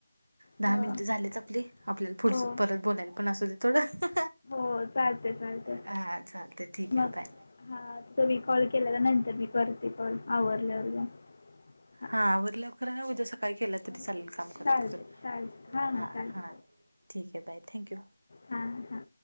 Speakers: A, on the right; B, on the left.
A: दहा
B: हो
A: मिनिट झालेत आपले आपल्याला पुढ
B: हो
A: परत बोलायला पण असू दे थोडं.
B: हो चालतय चालतय
A: हा चालते ठीक
B: मग.
A: आहे बाय
B: हा तुम्ही कॉल केला नंतर तर मी करते कॉल. आवरल्यावर जाऊन हां
A: हा आवरल्यावर करा नाहीतर उद्या सका काय केलं तरी चालेल
B: हो
A: काम करत
B: चालते
A: करत
B: चालते हां
A: हा
B: हां चालते
A: हा. ठीक आहे बाय थँक्यू.
B: हा हा.